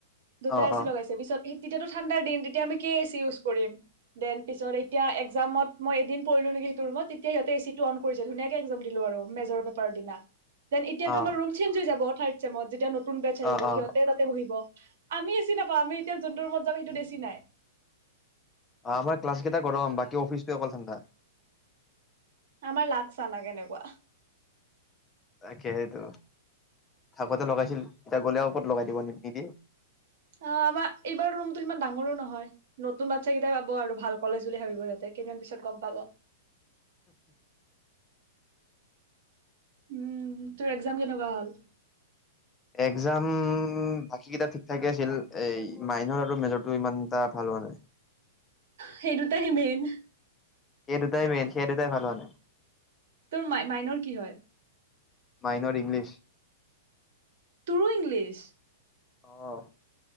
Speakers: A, on the right; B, on the left.
A: দুটা
B: অ
A: এচি
B: অ
A: লগাইছে পিছত স তেতিয়াও ঠাণ্ড দিন তেতিয়া আমি কি এচি ইউজ কৰিম দেন পিছত তেওঁতিয়া এক্ যা মই এদিন পৰিলো নেকি সেইটো ৰুমত তেতিয়া সিহঁতে এচিটো অন কৰিছে ধুনীয়াকে একজাম দিলো আৰু মেজৰ পেপাৰৰ দিনা দেন এতিয়াতো
B: অ
A: আমাৰ ৰুম চেঞ্জ হৈ যাব। থাৰ্ড ছেমত যেতিয়া মই নতুন বেচ আহিব
B: অ অ
A: সিহঁতে তাতে বহিব ।আমি যি নাপাওঁ আমি এতিয়া যোনটো ৰুমত যাব সেইটো এচি নাই
B: আমাৰ ক্লাছ কেইটা গৰম বাকী অফিচ ত অকল ঠাণ্ডা
A: আমাৰ লাগচা না কেনেকুৱা
B: তাকে সেইটো থাকোতে লগাইছিল এতিয়া গ'লে আৰু ক'ত লগাই দিব নিদিয়
A: অ' আমাৰ এইবাৰ ৰুমতো ইমান ডাঙৰো নহয়। নতুন বাচ্ছা কেইটাই পাব আৰু ভাল কলেজ। ভাবিব তাহাতে কেইদিনমান পিছত গম পাব উম তোৰ এক্জাম কেনেকুৱা হ'ল?
B: এক্জাম বাকী কেইটা ঠিক ঠাকেই আছিল এই মাইন আৰু মেজৰটো ইমান এটা ভাল হোৱা নাই।
A: সেইটো দুটাহে মেইন।
B: সেই দুটাই মেইন সেই দুটাই ভাল হোৱা নাই
A: তোৰ মাই মাইনৰ কি হয়
B: মাইনৰ ইংলিছ
A: তোৰো ইংলিছ
B: আহ